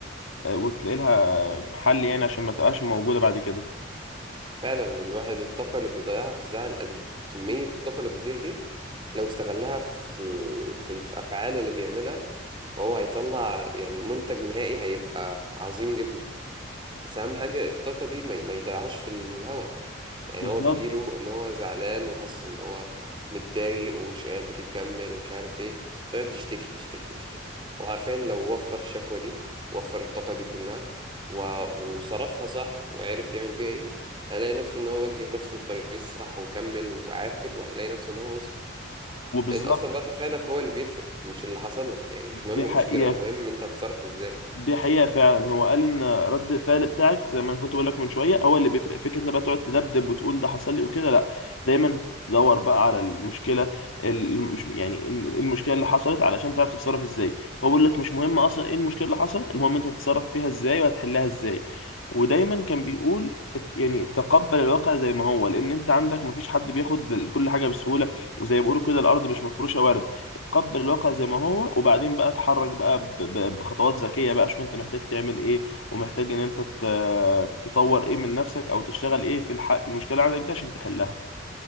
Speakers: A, on the left (about 80°); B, on the right (about 25°).
A: آه، وتلاقي لها حل يعني عشان ما تبقاش موجوده بعد كده
B: فعلا الواحد الطاقه اللي بيضيعها في الزعل قد كميه الطاقه اللي بتضيع دي لو استغلها في ال... في الافعال اللي بيعملها فهو هيطلع يعني منتج نهائي هيبقى عظيم جدا بس اهم حاجه الطاقه دي ما, ما يضيعهاش في الهوا يعني
A: بالظبط
B: هو بيجيله ان هو زعلان وحاسس ان هو متضايق ومش قادر يكمل ومش عارف ايه فيقعد يشتكي يشتكي يشتكي وعارفين لو وفر الشكوى دي وفر الطاقة دي كلها و... وصرفها صح وعرف يعمل بيها ايه هيلاقي نفسه ان هو وجه نفسه للطريق الصح وكمل وعافر وهيلاقي نفسه ان هو وصل
A: وبالظبط
B: لان اصلا رد فعلك هو اللي بيفرق مش اللي حصل لك يعني مش مهم
A: دي
B: المشكلة
A: حقيقه
B: المهم انت هتتصرف ازاي
A: دي حقيقة فعلا هو قال ان رد الفعل بتاعك زي ما أنا كنت بقول لك من شوية هو اللي بيفرق فكرة ان بقى تقعد تدبدب وتقول ده حصل لي وكده لا دايما دور بقى على المشكلة ال- مش يعني إن- المشكلة اللي حصلت علشان تعرف تتصرف ازاي فهو بيقول لك مش مهم اصلا ايه المشكلة اللي حصلت المهم انت هتتصرف فيها ازاي وهتحلها ازاي ودايما كان بيقول ات- يعني تقبل الواقع زي ما هو لان انت عندك مفيش حد بياخد كل حاجة بسهولة وزي ما بيقولوا كده الارض مش مفروشة ورد اتقبل الواقع زي ما هو وبعدين بقى اتحرك بقى ب- ب- بخطوات ذكية بقى شوف انت محتاج تعمل ايه ومحتاج ان انت ت- تطور ايه من نفسك او تشتغل ايه في الحق في المشكلة عندك ده عشان تحلها